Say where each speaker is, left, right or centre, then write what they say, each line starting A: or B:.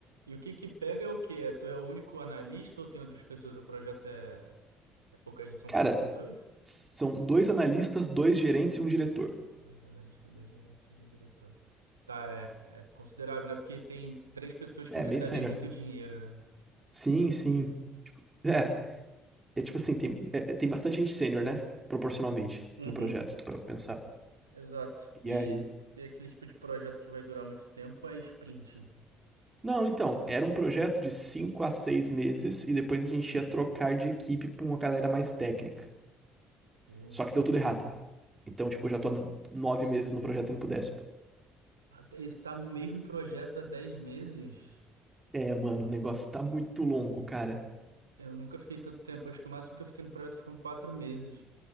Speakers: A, on the right; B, on the right.
A: E o que que pega é o quê? É, Tu é o único analista ou tem outras pessoas? O projeto é, é poucas, são
B: Cara,
A: poucas pessoas?
B: são dois analistas, dois gerentes e um diretor.
A: Dois analistas, dois gerentes, um diretor. Tá, é, é considerável, né? Porque tem três pessoas
B: É,
A: que recebem
B: meio sênior.
A: muito dinheiro, né?
B: Sim, sim. É, é tipo assim, tem, é- é- tem bastante gente sênior, né? Proporcionalmente
A: Uhum,
B: no projeto, se tu para pensar.
A: exato.
B: E
A: E,
B: aí?
A: e aquele tipo de projeto que vai durar muito tempo é sprinting.
B: Não, então, era um projeto de cinco a seis meses e depois a gente
A: Uh,
B: ia trocar de equipe pra uma galera mais técnica.
A: uh.
B: Só que deu tudo errado. Então, tipo, eu já tô há nove meses no projeto indo pro décimo.
A: Ah, Está no mesmo projeto há 10 meses?
B: É, mano, o negócio tá muito longo, cara.
A: Eu nunca fiquei tanto tempo, acho que o máximo que eu fiquei no projeto foram quatro meses.